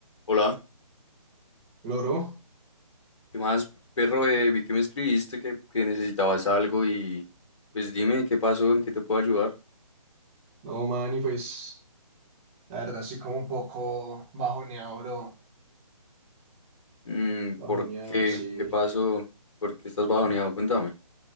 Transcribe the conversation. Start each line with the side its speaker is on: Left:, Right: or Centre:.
Left: Hola,
Right: Loro,
Left: ¿qué más, perro? Eh, vi que me escribiste que, que necesitabas algo y pues dime qué pasó, en qué te puedo ayudar.
Right: no, man, y pues la verdad estoy como un poco bajoneado, bro.
Left: Mm,
Right: Bajoneado,
Left: ¿por qué?
Right: sí.
Left: ¿Qué pasó? ¿Por qué estás bajoneado?
Right: No,
Left: Cuéntame.